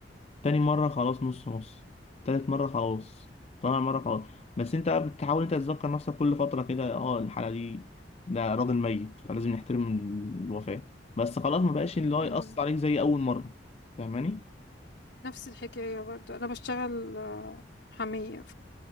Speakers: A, on the left; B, on the left.
A: تاني مره خلاص نص نص تالت مره خلاص رابع مره خلاص بس انت بقى بتحاول انت تتذكر نفسك كل فتره كده اه الحاله دي ده راجل ميت فلازم نحترم ال- الوفاه بس خلاص ما بقاش اللي هو
B: امم
A: يأثر عليك زي اول مره فاهماني
B: نفس الحكاية برضو أنا بشتغل آه، محامية